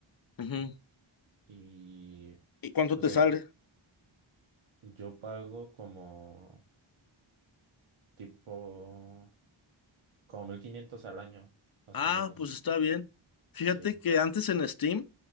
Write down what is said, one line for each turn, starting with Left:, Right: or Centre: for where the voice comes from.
Left: Ujú.
Right: Y
Left: ¿Y cuánto
Right: pues
Left: te
Right: de
Left: sale?
Right: hecho, yo pago como tipo, como 1500 al año, más
Left: Ah,
Right: o menos.
Left: pues está bien. Fíjate
Right: Sí.
Left: que antes en Steam